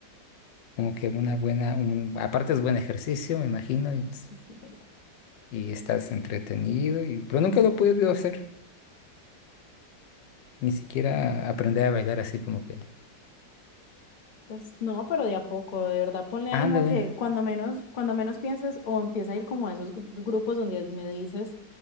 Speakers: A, on the left; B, on the left.
A: como que una buena, un, aparte es buen ejercicio, me imagino,
B: Oh,
A: y,
B: sí, sí, es verdad.
A: y estás entretenido, y, pero nunca lo he podido hacer. Ni siquiera aprender a bailar así como que,
B: Pues no, pero de a poco, de verdad, ponle
A: ándale,
B: ánimo que cuando menos, cuando menos pienses o empieza a ir como a esos gru- grupos donde me dices